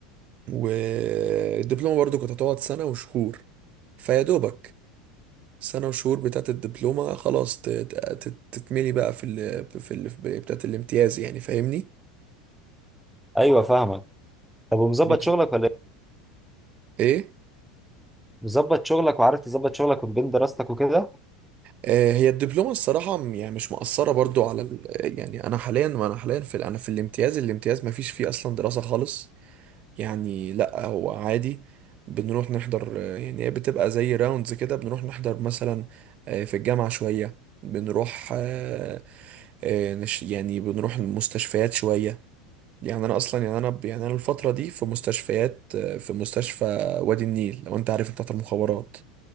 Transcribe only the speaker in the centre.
ايوه فاهمك طب ومظبط
شغلك ولا
مظبط شغلك وعارف تظبط شغلك من بين دراستك وكده